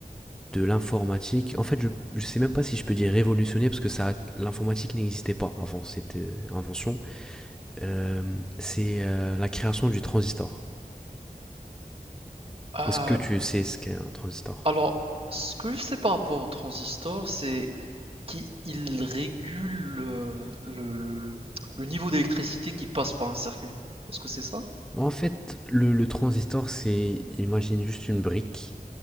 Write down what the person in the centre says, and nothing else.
de l'informatique, en fait, je ne sais même pas si je peux dire révolutionné parce que ça, l'informatique n'existait pas avant cette euh, invention. Euh, c'est euh, la création du transistor.
Est-ce que tu sais ce qu'est un transistor?
En fait, le, le transistor, c'est, imagine juste une brique